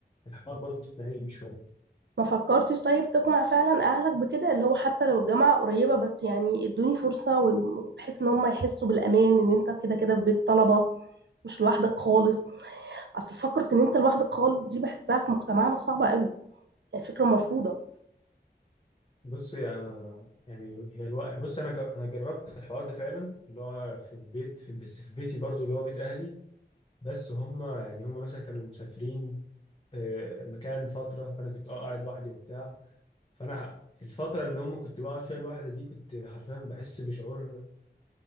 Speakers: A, on the left (about 30°); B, on the right (about 80°).
A: الحوار برضو تقنعني بيه شويه
B: ما فكرتش طيب تقنع فعلا اهلك بكده اللي هو حتى لو الجامعة قريبة بس يعني ادوني فرصة وبحيث ان هم يحسوا بالامان ان انت كده كده في بيت طلبة مش لوحدك خالص اصل فكره ان انت لوحدك خالص دي بحسها في مجتمعنا صعبه قوي يعني فكره مرفوضه
A: بص يا يعني هي الوقت بص انا جر... انا جربت الحوار ده فعلا اللي هو في البيت في... بس في بيتي برضو اللي هو بيت اهلي بس هم يعني هم مثلا كانوا مسافرين آه، مكان فتره فانا كنت اه قاعد لوحدي وبتاع فانا ح- الفتره اللي هم كنت بقعد فيها لوحدي دي كنت حرفيا بحس بشعور